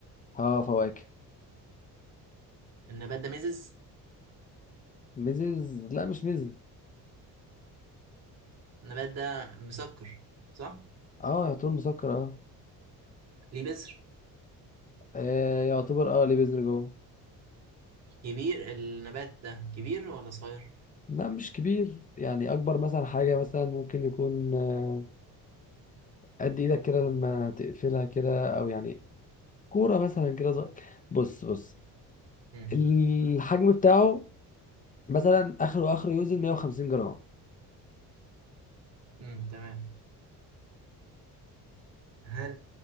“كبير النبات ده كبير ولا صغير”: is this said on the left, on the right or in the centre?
Right